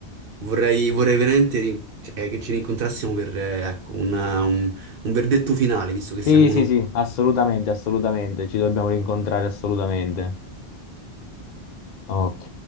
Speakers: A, on the right (about 60°); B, on the left (about 55°).
A: vorrei, vorrei veramente ri- cioè, che ci rincontrassimo per, eh, ecco, una- un, un verdetto finale, visto
B: sì,
A: che siamo uno.
B: sì, sì, assolutamente, assolutamente, ci dobbiamo rincontrare assolutamente. Ok.